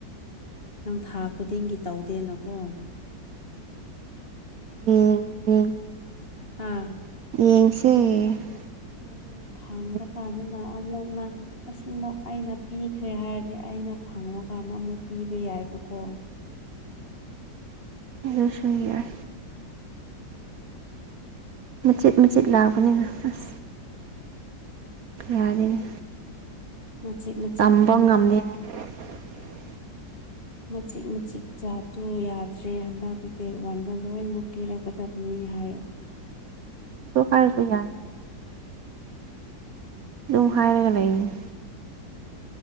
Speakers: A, on the left; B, on the right.
A: ꯅꯪ ꯊꯥ ꯈꯨꯗꯤꯡꯒꯤ ꯇꯧꯗꯦꯅꯀꯣ
B: ꯌꯦꯡꯒꯦ
A: ꯍꯥꯥ
B: ꯌꯦꯡꯁꯦ ꯍꯥꯏꯕ ꯉꯝꯗꯦ
A: ꯐꯪ꯭ꯔꯀꯥꯟ ꯑꯗꯨꯅ ꯑꯃꯨꯛꯅ ꯑꯁꯤꯃꯨ ꯑꯩꯅ ꯄꯤꯈ꯭ꯔꯦ ꯍꯥꯏꯔꯗꯤ ꯑꯩꯅ ꯈꯪꯕꯀꯥꯟꯗ ꯑꯃꯨꯛ ꯄꯤꯕ ꯌꯥꯏꯕꯀꯣ
B: ꯑꯗꯨꯁꯨ ꯌꯥꯏ ꯃꯆꯦꯠ ꯃꯆꯦꯠ ꯂꯥꯛꯑꯕꯅꯤꯅ ꯑꯁ ꯌꯥꯗꯦꯅꯦ
A: ꯃꯆꯤꯠ ꯃꯆꯤꯠ
B: ꯇꯝꯕ
A: ꯄꯤ
B: ꯉꯝꯗꯦꯅꯦ <inaudible>
A: ꯃꯆꯤꯠ ꯃꯆꯤꯠ ꯆꯥꯕꯇꯨ ꯌꯥꯗ꯭ꯔꯦ ꯍꯟꯗꯛꯀꯤ ꯗꯦꯠ ꯋꯥꯟꯗ ꯂꯣꯏꯅꯃꯛ ꯄꯤꯔꯛꯒꯗꯕꯅꯤ ꯍꯥꯏꯌꯦ
B: ꯗꯨ ꯍꯥꯏꯔꯁꯨ ꯌꯥꯏ ꯑꯗꯨꯝ ꯍꯥꯏꯔꯒ ꯂꯩꯕꯅꯦ